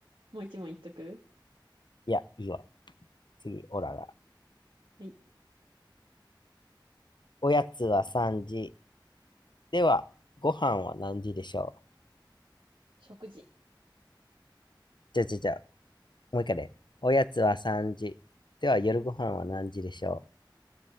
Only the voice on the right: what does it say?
もう一問言っとく
はい。
食事。